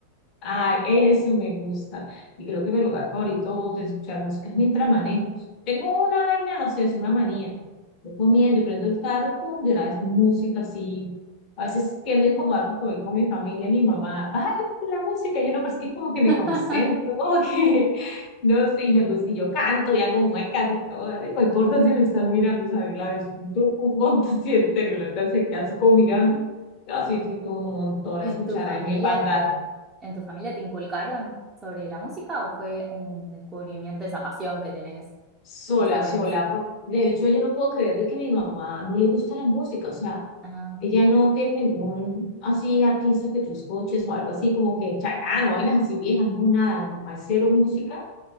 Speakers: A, on the left (about 40°); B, on the right (about 15°).
A: Ah, eso me gusta. Y creo que mi lugar favorito de escuchar música es mientras manejo. Tengo una vaina, no sé, es una manía. Yo comiendo, yo prendo el carro, pum, de una vez música así. A veces tiendo a incomodar porque voy con mi familia, mi mamá, baja la música. Yo no, pero es que como que me
B: <laughs>
A: concentro, como que, <laughs> no sé, y me gusta, y yo canto y hago muecas y todo. A ver no importa si me están mirando, ¿sabes? La disfruto un montón, <laughs> si en serio, la clase que hace como mirando. Yo sí disfruto un montón
B: ¿En
A: escuchar
B: tu familia
A: ahí mi banda.
B: te, en tu familia te inculcaron sobre la música o fue un descubrimiento esa pasión que tenés,
A: Sola,
B: esa conexión?
A: sola. por- De hecho, yo no puedo creer de que mi mamá no le gusta la música. O sea,
B: Ah,
A: ella no tiene ningún así artista que tú escuches o algo así como que Chacán o vainas así viejas. No, nada. Mi mamá es cero música